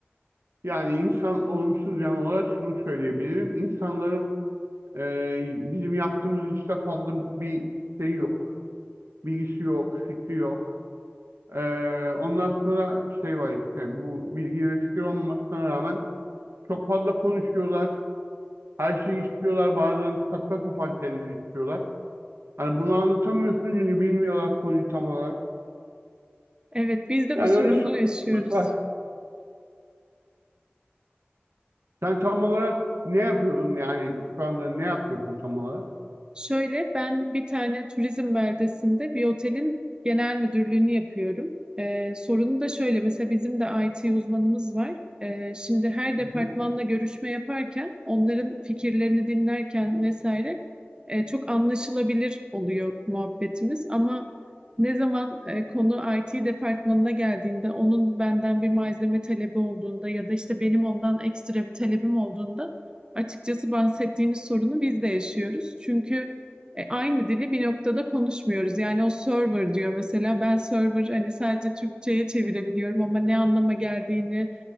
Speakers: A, on the right (about 85°); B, on the right (about 20°).
A: Yani insan olumsuz yan olarak şunu söyleyebilirim. İnsanların e, bizim yaptığımız işte fazla bir şey yok. Bilgisi yok, fikri yok. E, ondan sonra şey var işte bu bilgi ve fikir olmasına rağmen çok fazla konuşuyorlar. Her şeyi istiyorlar. Bazen saçma sapan şeyleri istiyorlar. Hani bunu anlatamıyorsun çünkü bilmiyorlar konuyu tam olarak.
B: Evet, biz de
A: Yani
B: bu sorunu
A: öyle sorunlarımız
B: yaşıyoruz.
A: var. Sen tam olarak ne yapıyordun yani şu anda ne yapıyorsun tam olarak?
B: Şöyle ben bir tane turizm beldesinde bir otelin genel müdürlüğünü yapıyorum. Ee, sorunu da şöyle mesela bizim de IT uzmanımız var. Ee, şimdi her departmanla
A: Hı hı.
B: görüşme yaparken onların fikirlerini dinlerken vesaire e, çok anlaşılabilir oluyor muhabbetimiz. Ama ne zaman e, konu IT departmanına geldiğinde onun benden bir malzeme talebi olduğunda ya da işte benim ondan ekstra bir talebim olduğunda Açıkçası bahsettiğiniz sorunu biz de yaşıyoruz. Çünkü e, aynı dili bir noktada konuşmuyoruz. Yani o server diyor mesela ben server hani sadece Türkçe'ye çevirebiliyorum ama ne anlama geldiğini